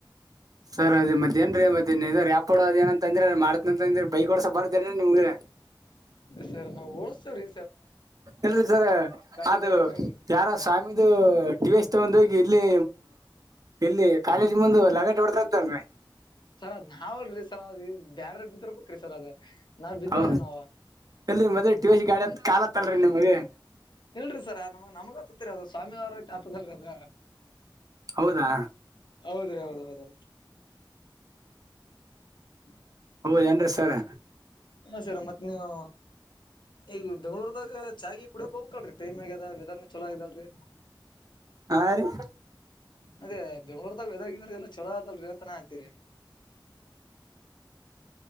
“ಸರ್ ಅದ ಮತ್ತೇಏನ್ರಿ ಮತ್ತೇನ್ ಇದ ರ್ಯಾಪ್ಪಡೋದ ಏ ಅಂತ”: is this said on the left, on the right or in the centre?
Right